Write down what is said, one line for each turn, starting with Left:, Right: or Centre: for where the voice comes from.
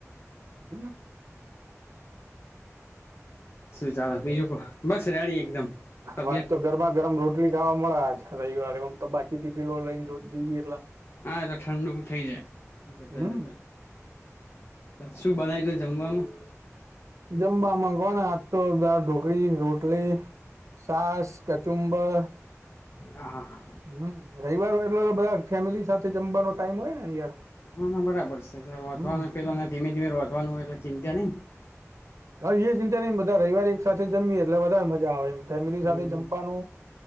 Right: હ
Left: શું ચાલ બીજું કો બસ રેડી એકદમ
Right: હા
Left: તબિયત
Right: વાત તો ગરમા ગરમ રોટલી ખાવા મળ આજ રવિવારે ઓમ તો બાકી ટિફિનો લઈને રોજ જઈએ એટલ
Left: હા એતો ઠંડુ થઇ જાય, જતા
Right: હમ
Left: જતા. શું બનાય તું જમવામાં
Right: જમવામાં કોને હાથ, તો દાળ ઢોકળી રોટલી છાશ કચુંબર
Left: હા હા હા.
Right: હમ્મ રવિવાર હોય, એટલે બધા ફેમિલી સાથે જમવાનો ટાઈમ હોય ને યાર.
Left: ના ના બરાબર છે, એટલે રોધવાના
Right: હમ
Left: પેલાને ધીમે ધીમે રોધવાનું એટલે ચિંંત્યા નઈ
Right: હવે એ ચિંતા નઈ બધા રવિવારે એક સાથે જમીએ એટલે વધારે મજા આવે એમ ફેમિલી
Left: હમ
Right: સાથે જમવાનું